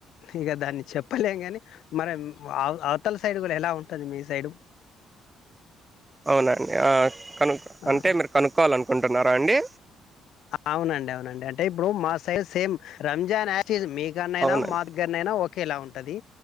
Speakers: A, on the left; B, on the right.
A: ఇక దాన్ని చెప్పలేము కానీ మనం వావ్ అవతల సైడ్ కూడా ఎలా ఉంటది మీ సైడు?
B: అవునండి ఆ కనుక్
A: ఆ
B: అంటే మీరు కనుక్కోవాలనుకుంటున్నారా అండి?
A: అవునండి అవునండి అంటే ఇప్పుడు మా సైజ సేమ్ రంజాన్ ఏ జటిజ్ మీకన్నయినా
B: అవునండి
A: మా ద్గర అయినా ఓకేలా ఉంటది